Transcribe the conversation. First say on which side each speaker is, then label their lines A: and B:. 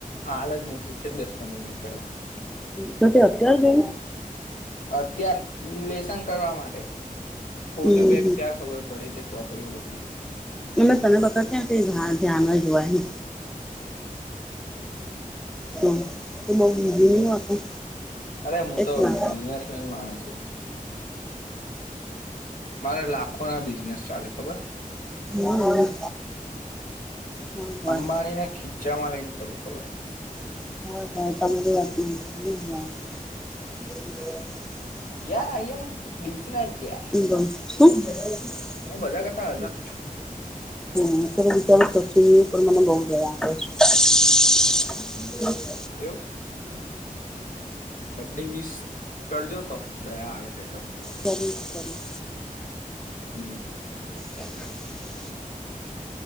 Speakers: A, on the left; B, in the centre.
A: હાલ જ મૂકી છે દસ પંદર મિનિટ પેલા
B: તો તે અત્યાર <unintelligible>
A: અત્યાર લેસન કરવા માટે હોલુ
B: હમ
A: બેગ ત્યાર ખબર પડી કે ચોપડીઓ બગડી
B: મે તને વખત ત્યાં ક ધ્યા ના જોવાય ને. તો તો બઉ બીઝી
A: હમ
B: નહી વાતું.
A: અરે હું
B: એટલા
A: તો બિઝનેસમેન માણસ છું મારે લાખો ના બિઝનેસ ચાલે ખબર <unintelligible>
B: હોય હોય
A: અંબાણીને ખીચામાં લઈને ફરુ. ખબર.
B: હ હ તમારે ના હોય.
A: યાર આઈ એમ ડિફરન્ટ.
B: એ
A: યાર
B: ગમે છે.
A: હું
B: હા
A: બધા કરતા અલગ
B: તો
A: છું
B: વિચારી સું. ચમ ઉપર મને બહુ જ.
A: એવું. બર્થ ડે વીસ કરજો તો દયા આવે છે તો.
B: બહુ કરી.
A: હીમ.
B: હ.